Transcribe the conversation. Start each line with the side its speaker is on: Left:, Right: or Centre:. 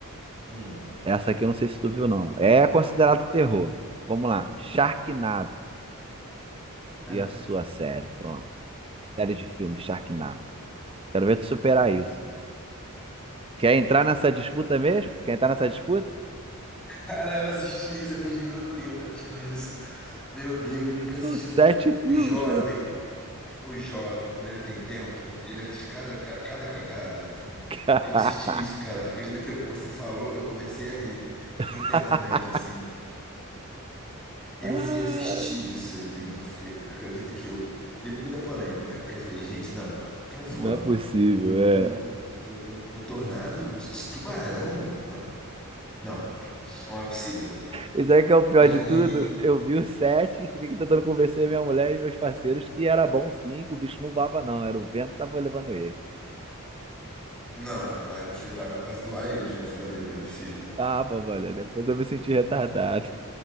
Centre: hum.
Right: Essa aqui eu não sei se tu viu, não. É considerado terror. Vamos lá. Sharknado
Centre: <laughs>
Right: e a sua série. Pronto. Série de filmes, Sharknado. Quero ver tu superar isso. Quer entrar nessa disputa mesmo? Tu Quer entrar nessa disputa?
Centre: Cara, eu assisti isso, eu perdi meu tempo assistindo isso. Meu Deus, fica
Right: São
Centre: assistindo.
Right: sete
Centre: O
Right: filmes,
Centre: jovem,
Right: né,
Centre: o jovem, quando ele tem tempo, ele assiste cada, ca- cada cagada.
Right: cara.
Centre: Eu assisti isso, cara. Você acredita que eu- você falou, eu comecei a rir
Right: <laughs>
Centre: internamente, assim. Eu
Right: Ai,
Centre: fui assistir isso aí, Vini. Você acredita que eu, depois da polêmica, eu falei, gente, não, estão zoando.
Right: Não é possível,
Centre: Um,
Right: é.
Centre: um, um, um- um um tornado de tubarão? Não, não, não é possível.
Right: Isso aí que é o pior
Centre: E
Right: de
Centre: aí,
Right: tudo. Eu vi os sete e fiquei aqui tentando convencer minha mulher e meus parceiros que era bom sim, que o bicho não voava, não. Era o vento que tava levando ele.
Centre: não, aí você tava pra zoar eles, né, seus amigos, não é possível.
Right: Tava, olha Depois eu me senti retardado.